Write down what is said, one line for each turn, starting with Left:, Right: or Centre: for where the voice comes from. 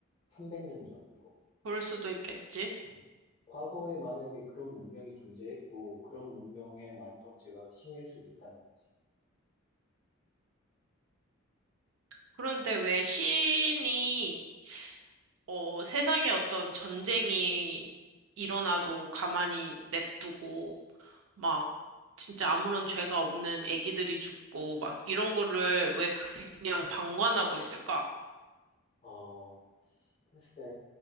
Left: 300년 정도.
Right: 그럴 수도 있겠지.
Left: 음. 과거에 만약에 그런 문명이 존재했고, 그런 문명의 완성체가 신일 수도 있다는 거지.
Right: 그런데 왜 신이 어, 세상에 어떤 전쟁이 일어나도 가만히 냅두고 막 진짜 아무런 죄가 없는 아기들이 죽고 막 이런 거를 왜 그냥 방관하고 있을까?
Left: 어, 글쎄,